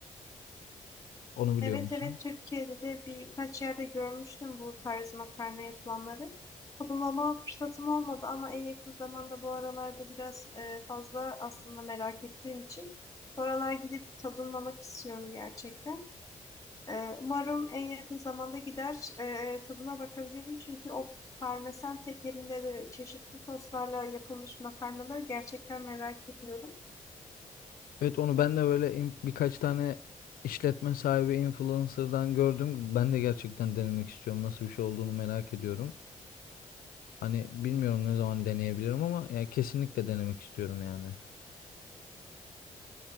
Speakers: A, on the left; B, on the left.
A: Onu
B: Evet
A: biliyor musun?
B: evet Türkiye'de de birkaç yerde görmüştüm bu tarz makarna yapılanları. Tadımlama fırsatım olmadı ama en yakın zamanda bu aralarda biraz e, fazla aslında merak ettiğim için bu aralar gidip tadımlamak istiyorum gerçekten. E, umarım en yakın zamanda gider e, tadına bakabilirim çünkü o parmesan tekerinde de çeşitli soslarla yapılmış makarnaları gerçekten merak ediyorum.
A: Evet onu ben de böyle in- birkaç tane işletme sahibi influencer'dan gördüm. Ben de gerçekten denemek istiyorum. Nasıl bir şey olduğunu merak ediyorum. Hani bilmiyorum ne zaman deneyebilirim ama yani kesinlikle denemek istiyorum yani.